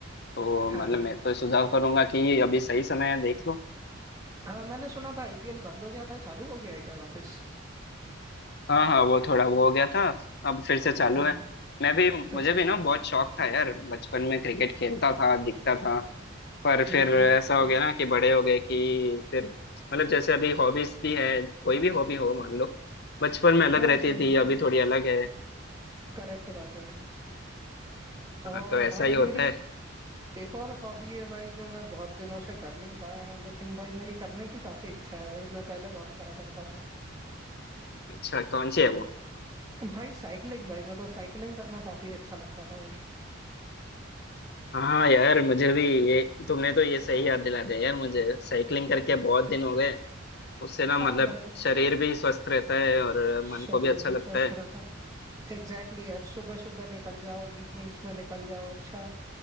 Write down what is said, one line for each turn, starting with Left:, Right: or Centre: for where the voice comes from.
Left: तो मतलब
Right: हाँ हाँ
Left: मैं तो सुझाव करूंगा कि अभी सही समय है देख लो
Right: हाँ मैंने सुना था आईपीएल बंद हो गया था चालू हो गया है क्या वापस
Left: हाँ हाँ वो थोड़ा वो हो गया था अब फिर से चालू
Right: हाँ
Left: है मैं भी मुझे
Right: फिर से
Left: भी
Right: सर
Left: ना बहुत शौक था यार बचपन में क्रिकेट खेलता था दिखता था पर फिर
Right: हम्म हम्म
Left: ऐसा हो गया ना कि बड़े हो गए कि फिर मतलब जैसे अभी हॉबीज भी है कोई भी हॉबी हो मान लो बचपन में अलग
Right: हाँ
Left: रहती
Right: सही
Left: थी
Right: बात
Left: अभी
Right: है
Left: थोड़ी अलग है
Right: करेक्ट बात है भाई और
Left: हाँ तो ऐसा
Right: भाई
Left: ही
Right: मेरी
Left: होता है
Right: एक और हॉबी है भाई जो मैं बहुत दिनों से कर नहीं पाया हूँ लेकिन भाई मेरी करने की काफी इच्छा है भाई मैं पहले बहुत करा करता था
Left: अच्छा कौन सी है वो
Right: भाई साइकिलिंग भाई मेरे को साइकिलिंग करना काफी अच्छा लगता था भाई
Left: हाँ यार मुझे भी ये तुमने तो ये सही याद दिला दिया यार मुझे साइकिलिंग करके बहुत दिन हो गए उससे ना मतलब
Right: हाँ भाई
Left: शरीर भी स्वस्थ रहता है और
Right: शरीर
Left: मन को भी अच्छा
Right: भी
Left: लगता
Right: स्वस्थ
Left: है
Right: रहता एग्जैक्टली exactly यार सुबह सुबह निकल जाओ इवनिंग्स में निकल जाओ अच्छा